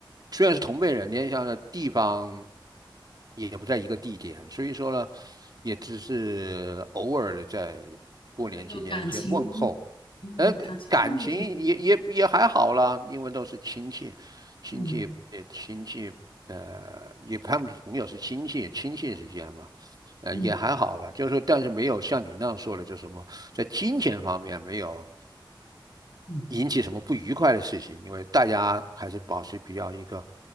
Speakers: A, on the right; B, on the left.
A: 虽然是同辈人，年龄相差的地方也不在一个地点，所以说呢，也只是偶尔的在过年期间一些问候。
B: 没有感情，嗯，
A: 呃，
B: 感情上面就没有，
A: 感情也也也还好啦，因为都是亲戚，亲戚呃亲戚，
B: 嗯
A: 呃，也他们朋友是亲戚，亲戚之间嘛，呃，
B: 嗯
A: 也还好了。就是说，但是没有像你那样说的，就什么在金钱方面没有
B: 嗯，
A: 引起什么不愉快的事情，因为大家还是保持比较一个